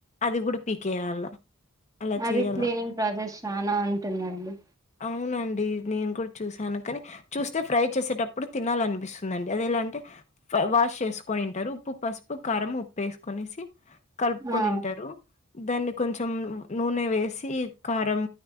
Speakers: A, on the left; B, on the right.
A: అది కూడా పీకేయాల అలా
B: అది
A: చేయాల
B: క్లీనింగ్ ప్రాసెస్ చాన ఉంటుందండి
A: అవునండి నేను కూడా చూసాను కాని చూస్తే ఫ్రై చేసేటప్పుడు తినాలనిపిస్తుందండి అది ఎలా అంటే వాష్ చేసుకొనింటారు ఉప్పు, పసుపు, కారం, ఉప్పు వేసుకునేసి కలుపుకొనింటారు
B: ఆ
A: దాన్ని కొంచెం నూనె వేసి కారం